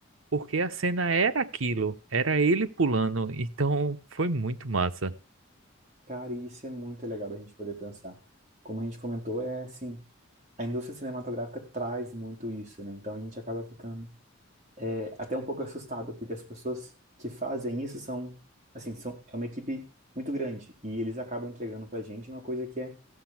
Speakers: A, on the right (about 70°); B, on the right (about 35°).
A: porque a cena era aquilo, era ele pulando, então foi muito massa.
B: Cara, e isso é muito legal da gente poder pensar. Como a gente comentou, é assim. a indústria cinematográfica traz muito isso, né? Então a gente acaba ficando é, até um pouco assustado, porque as pessoas que fazem isso são, assim, são, é uma equipe muito grande e eles acabam entregando pra gente uma coisa que é